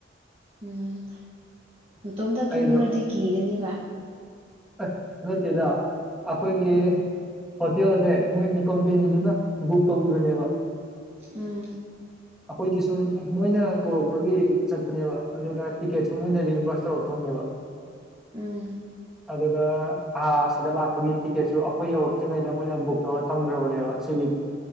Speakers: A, on the right; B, in the centre.
A: ꯎꯝ ꯅꯇꯣꯝꯇ ꯇꯨꯝꯔꯗꯤ
B: ꯑꯩꯗꯣ
A: ꯀꯤꯒꯅꯦꯕ
B: ꯑꯥꯏ ꯅꯠꯇꯦꯗ ꯑꯈꯣꯏꯒꯤ ꯍꯣꯇꯦꯜꯖꯦ ꯃꯣꯏꯒꯤ ꯀꯣꯝꯄꯦꯅꯤꯗꯨꯅ ꯕꯨꯛ ꯇꯧꯕꯤꯕꯅꯦꯕ
A: ꯎꯝ
B: ꯑꯈꯣꯏꯒꯤ ꯁꯨꯝ ꯃꯣꯏꯅ ꯀꯧꯔꯛꯄꯒꯤ ꯆꯠꯄꯅꯦꯕ ꯑꯗꯨꯒ ꯇꯤꯛꯀꯦꯠꯁꯨ ꯃꯣꯏꯅ ꯔꯤꯌꯦꯝꯚꯔꯁ ꯇꯧꯔꯛꯇꯧꯅꯦꯕ
A: ꯎꯝ
B: ꯑꯗꯨꯒ ꯑꯥ ꯁꯤꯗ ꯂꯥꯛꯄꯒꯤ ꯇꯤꯛꯀꯦꯠꯁꯨ ꯑꯈꯣꯏ ꯌꯧꯔꯛꯇ꯭ꯔꯤꯉꯩꯗ ꯃꯣꯏꯅ ꯕꯨꯛ ꯇꯧꯔ ꯊꯝꯒ꯭ꯔꯕꯅꯦꯕ ꯁꯤꯒꯤ